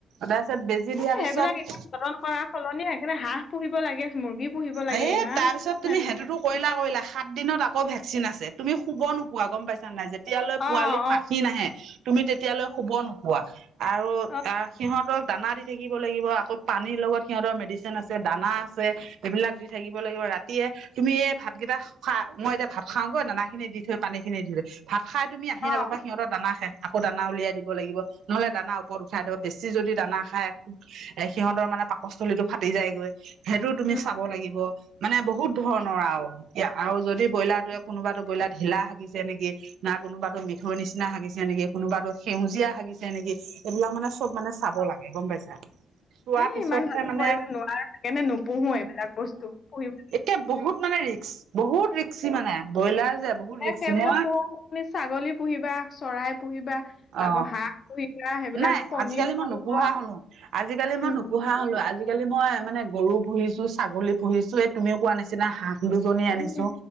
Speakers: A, on the right; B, on the left.
A: তাৰপিছত বেজি দিয়াৰ
B: এ
A: পিছত,
B: সেইবিলাক যতন কৰাৰ সলনি সেইকাৰণে হাঁহ পুহিব লাগে মুৰ্গী পুহিব লাগে
A: এ
B: ইমান,
A: তাৰপিছত তুমি
B: নালাগে
A: সেইটোতো কৰিলা কৰিলা সাত দিনত আকৌ ভেকচিন আছে, তুমি শুব নোপোৱা গম পাইছা নাই যে- -তিয়ালৈ পোৱালি
B: অঁ
A: পাখি
B: অঁ
A: নাহে তুমি তেতিয়ালৈ শুব নোপোৱা। আৰু
B: অঁ
A: সিহঁতক দানা দি থাকিব লাগিব আকৌ পানীৰ লগত সিহঁতৰ মেডিচিন আছে দানা আছে। এইবিলাক দি থাকিব লাগিব ৰা- -তিয়ে তুমি এ ভাতকেইটা খা মই এতিয়া ভাত খাওঁগৈ, দানা খিনি দি থৈ পানী খিনি দি থৈ, ভাত খাই তুমি আহি
B: অঁ
A: নাপাবা সিহঁতৰ দানা শেষ আকৌ দানা উলিয়াই দিব লাগিব। নহ'লে দানা, ওপৰত উঠাই থব, বেছি যদি দানা খাই এ সিহঁতৰ মানে পাকস্থলীটো ফাটি যায়গৈ। সেইটো তুমি
B: অঁ
A: চাব লাগিব, মানে বহুত ধৰণৰ আৰু, আৰু যদি ব্ৰইলাৰটোৱে কোনোবাতো ব্ৰইলাৰ ঢিলা হাগিছে নেকি, না কোনোবাতো মিঠৈৰ নিচিনা হাগিছে নেকি, কোনোবাতো সেউজীয়া হাগিছে নেকি? এইবিলাক মানে চব মানে চাব লাগে গম পাইছা। চোৱাৰ
B: হেই
A: পিছতহে
B: ইমান <unintelligible>
A: মানে
B: কৰিব নোৱাৰো, সেইকাৰণে নোপোহো এইবিলাক বস্তু পুহি
A: একে বহুত মানে ৰিক্স বহুত ৰিক্সি মানে। ব্ৰইলাৰ যে, বহুত ৰিক্সি
B: সেইবিলাক
A: মই
B: পোহা সলনি, ছাগলী পুহিবা চৰাই পুহিবা।
A: অ
B: আকৌ হাঁহ পুহিবা সেইবিলাক
A: নাই
B: কণীও
A: আজিকালি মই
B: পাৰিব
A: নোপোহো হলো আজিকালি মই
B: উম,
A: নোপোহা‌ হলো। আজি, আজিকালি মই মানে গৰু পুহিছো ছাগলী পুহিছো, এই তুমি কোৱা নিচিনা হাঁহ দুজনী আনিছো।
B: উম,